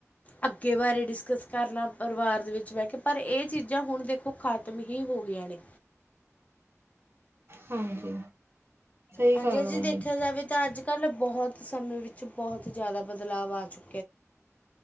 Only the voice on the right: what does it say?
ਹਾਂਜੀ ਸਹੀ
ਗੱਲ
ਹੈ
ਇਹ।